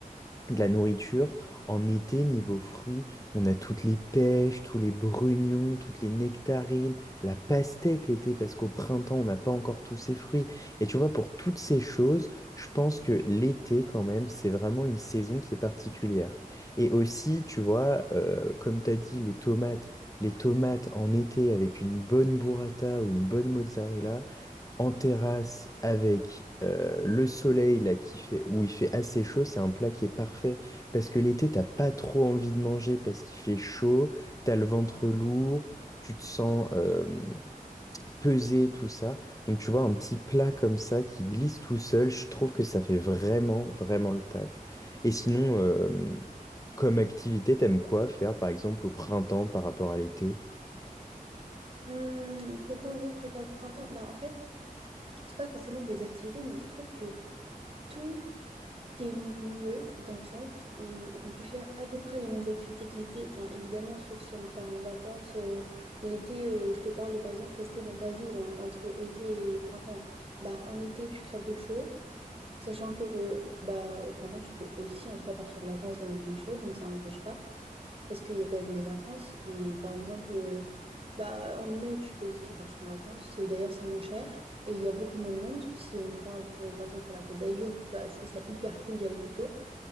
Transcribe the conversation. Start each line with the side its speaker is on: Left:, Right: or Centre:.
Left: de la nourriture. En été, niveau fruits, on a toutes les pêches, tous les brugnons, toutes les nectarines, la pastèque l'été, parce qu'au printemps, on n'a pas encore tous ces fruits. Et tu vois, pour toutes ces choses, je pense que l'été, quand même, c'est vraiment une saison qui est particulière. Et aussi, tu vois, euh, comme tu as dit, les tomates. Les tomates en été avec une bonne burrata ou une bonne mozzarella, en terrasse avec euh, le soleil là qui fait où il fait assez chaud, c'est un plat qui est parfait parce que l'été t'as pas trop envie de manger parce qu'il fait chaud, t'as le ventre lourd, tu te sens euh, pesé tout ça. Donc tu vois un petit plat comme ça qui glisse tout seul, je trouve que ça fait vraiment vraiment le taf. Et sinon euh, comme activité, t'aimes quoi faire par exemple au printemps par rapport à l'été?
Right: Hum, pourquoi, en gros, je préfère le printemps? Bah, en fait, c'est pas forcément des activités, mais je trouve que tout c'est mieux dans le sens où on peut faire à peu près les mêmes activités que l'été. Enfin, évidemment, sauf si on part en vacances. euh, l'été, euh, je te parle de, par exemple, rester dans ta ville hein, entre été et printemps. Bah, en été, tu crèves de chaud, sachant que bah, au printemps, tu peux aussi en soi partir en vacances dans des pays chauds, donc ça n'empêche pas parce qu'il y a quand même des vacances. Et par exemple, euh, bah, en mai, tu peux aussi partir en vacances. C'est- D'ailleurs, c'est moins cher et il y a beaucoup moins de monde. Si on parle, euh, par exemple, sur la Côte d'Azur, bah, je trouve ça hyper cool d'y aller plus tôt.